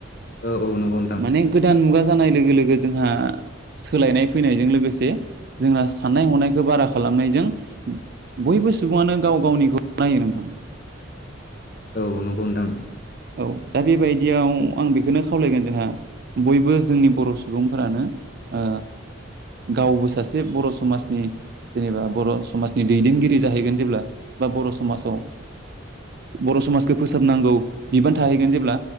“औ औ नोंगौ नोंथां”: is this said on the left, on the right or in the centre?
Left